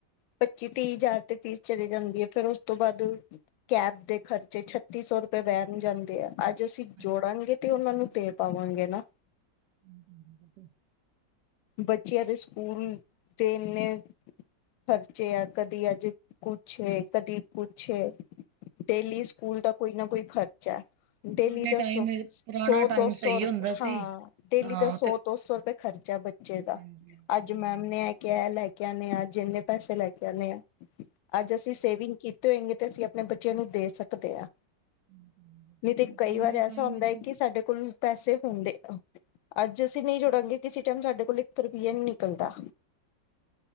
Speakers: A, on the left; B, on the right.
A: ਪੱਚੀ ਤੀਹ ਹਜ਼ਾਰ ਤੇ ਫੀਸ ਚਲੀ ਜਾਂਦੀ ਹੈ ਫੇਰ ਉਸ ਤੋਂ ਬਾਅਦ ਕੈਬ ਦੇ ਖਰਚੇ ਛੱਤੀ ਸੌ ਰੁਪਏ ਵੈਣ ਜਾਂਦੇ ਆ ਅੱਜ ਅਸੀਂ
B: ਹਾਂਜੀ।
A: ਜੋੜਾਂਗੇ ਤੇ ਉਹਨਾਂ ਨੂੰ ਦੇ ਪਾਵਾਂਗੇ ਨਾ।
B: ਹਮ <inaudible>
A: ਬੱਚਿਆਂ ਦੇ ਸਕੂਲ ਦੇ ਇੰਨੇ ਖਰਚੇ ਆ ਕਦੀ ਅੱਜ ਕੁੱਛ ਏ, ਕਦੀ ਕੁੱਛ ਏ। ਡੇਲੀ ਸਕੂਲ ਦਾ ਕੋਈ ਨਾ ਕੋਈ ਖਰਚਾ। ਡੇਲੀ
B: ਪੁਰਾਣੇ
A: ਦਾ
B: ਟਾਈਮ
A: ਸੌ
B: ਪੁਰਾਣਾ
A: ਸੌ
B: ਟਾਈਮ
A: ਦੋ ਸੌ
B: ਸਹੀ
A: ਰੁਪਏ
B: ਹੁੰਦਾ ਸੀ
A: ਹਾਂ ਡੇਲੀ
B: ਹਾਂ
A: ਦਾ ਸੌ
B: ਤੇ
A: ਦੋ ਸੌ ਰੁਪਏ। ਖਰਚਾ ਬੱਚੇ ਦਾ
B: ਹਾਂਜੀ ਹਾਂਜੀ
A: ਅੱਜ ਮੈਮ ਨੇ, ਕਹਿ ਲੈ ਆਦੇ ਆ। ਅੱਜ ਇੰਨੇ ਪੈਸੇ ਲੈ ਕੇ ਆਣੇ ਆ ਅੱਜ ਸੇਵਿੰਗ ਕੀਤੀ। ਹੋਏਗੀ ਤੇ ਅਸੀਂ ਆਪਣੇ ਬੱਚਿਆਂ ਨੂੰ ਦੇ ਸਕਦੇ ਆ।
B: ਹਾਂਜੀ
A: ਨਹੀ ਤੇ ਕਈ
B: ਪੁਰਾਣੇ
A: ਵਾਰ ਐਸਾ
B: ਟਾਈਮ
A: ਹੁੰਦਾ
B: ਵਿੱਚ
A: ਏ ਕਿ ਸਾਡੇ ਕੋਲ ਪੈਸੇ ਹੁੰਦੇ, ਅੱਜ ਅਸੀਂ ਨਹੀਂ ਜੋੜਾਂਗੇ ਕਿਸੇ ਟਾਈਮ ਸਾਡੇ ਕੋਲ ਇੱਕ ਰੁਪਈਆ ਨੀ ਨਿਕਲਦਾ।